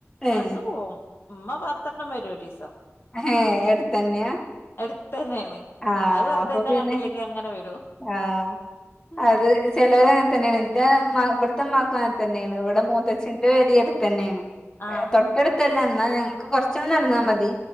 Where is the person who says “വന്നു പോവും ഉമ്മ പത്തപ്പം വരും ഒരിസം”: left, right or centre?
Left